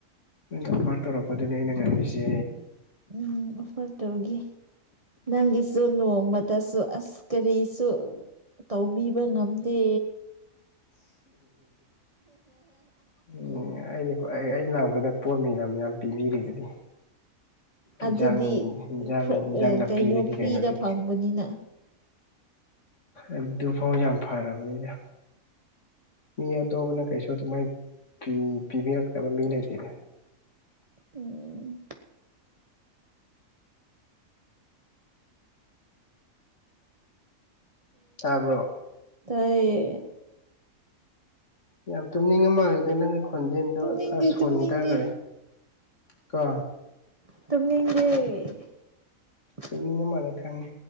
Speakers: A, on the left (about 60°); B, on the right (about 25°).
A: ꯅꯩꯅ ꯑꯣꯐꯔ ꯇꯧꯔꯛꯄꯗꯨꯅꯦ ꯑꯩꯅ ꯉꯥꯏꯔꯤꯁꯦ꯫
B: ꯎꯝ ꯑꯣꯐꯔ ꯇꯧꯒꯦ꯫ ꯅꯪꯒꯤꯁꯨ ꯅꯣꯡꯃꯗꯁꯨ ꯑꯁ ꯀꯔꯤꯁꯨ ꯇꯧꯕꯤꯕ ꯉꯝꯗꯦ꯫
A: ꯅꯨꯡꯉꯥꯏꯅ ꯍꯣꯏ ꯑꯩ ꯑꯩ ꯂꯥꯛꯄꯗ ꯄꯣꯠ ꯃꯌꯥꯝ ꯌꯥꯝ ꯄꯤꯕꯤꯔꯤꯗꯨꯗꯤ ꯏꯟꯖꯥꯡ
B: ꯑꯗꯨꯗꯤ
A: ꯏꯟꯖꯥꯡ
B: ꯐ꯭ꯔ-
A: ꯏꯟꯖꯥꯡ
B: ꯑ,
A: ꯅꯥꯄꯤꯗꯒꯤ
B: ꯀꯩꯅꯣ ꯐ꯭ꯔꯤꯗ
A: ꯀꯩꯅꯣꯗꯒꯤ
B: ꯐꯪꯕꯅꯤꯅ
A: ꯑꯗꯨ ꯐꯥꯎ ꯌꯥꯝ ꯐꯔꯕꯅꯤꯗ ꯃꯤ ꯑꯗꯣꯞ ꯄꯥꯅ ꯀꯩꯔꯤꯁꯨ ꯑꯗꯨꯃꯥꯏꯅ ꯄꯤꯕꯤꯔꯛꯅꯕ ꯃꯤ ꯂꯩꯇꯦꯗꯥ
B: ꯎꯝ
A: ꯇꯥꯕ꯭ꯔꯣ
B: ꯇꯏꯌꯦ
A: ꯌꯥꯝ ꯇꯨꯝꯅꯤꯡꯉ ꯃꯥꯜꯂꯦꯗ ꯅꯪꯒꯤ ꯈꯣꯟꯖꯦꯜꯗꯣ
B: ꯇꯨꯝꯅꯤꯡꯗꯦ
A: ꯈꯔ ꯁꯣꯟꯊꯈ꯭ꯔꯦ
B: ꯇꯨꯝꯅꯤꯡꯗꯦ
A: ꯀꯣ
B: ꯇꯨꯝꯅꯤꯡꯗꯦ
A: ꯇꯝꯅꯤꯡꯉ ꯃꯥꯜꯂꯦ ꯈꯪꯉꯤ